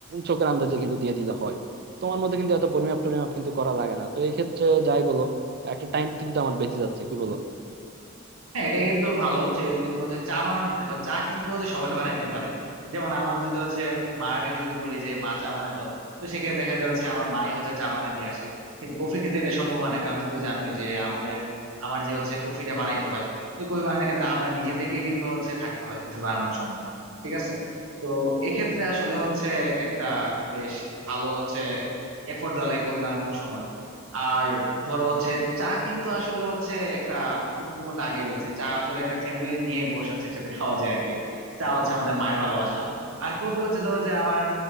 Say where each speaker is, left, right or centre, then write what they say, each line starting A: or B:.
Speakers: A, on the right; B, on the right.
A: চোখের আন্দাজে কিন্তু দিয়ে দিলে হয় তোমার মধ্যে কিন্তু এত পরিমাপ টরিমাপ কিন্তু করা লাগে না তো এই ক্ষেত্রে যাই বলো একটা টাইম কিন্তু আমার বেঁচে যাচ্ছে কি বলো
B: হ্যাঁ এটা কিন্তু ভালো যে তুমি হচ্ছে চা বানানো দেখো চা কিন্তু হচ্ছে সবাই <laughs> বানাইতে পারে যেমন আমার যদি হচ্ছে মায়ের যদি বলি যে মা চা বানায় দাও তো সেক্ষেত্রে দেখা যায় হচ্ছে আমার মাই হচ্ছে চা বানাই দিয়ে আসে কিন্তু কফি ক্ষেত্রে এটা সম্ভব হয় না কারণ তুমি তো জানোই যে আমাদের আমার যে হচ্ছে কফিটা বানাইতে হয় তো কফি বানানোর ক্ষেত্রে আমার নিজে থেকে কিন্তু হচ্ছে থাকতে হয় কফি বানানোর সময় ঠিক আছে তো এক্ষেত্রে আসলে হচ্ছে একটা বেশ ভালো হচ্ছে এফোর্ট দেওয়া লাগে কফি বানানোর সময় আর ধরো হচ্ছে চা কিন্তু আসলে হচ্ছে একটা তুমি তো আমাকে আগে বলছি চা আসলে একটা ফ্যামিলি নিয়ে বসে হচ্ছে একসাথে খাওয়া যায় আর কি চা হচ্ছে আমাদের মায়ের ভালোবাসা আর কফি হচ্ছে ধরো যে আমার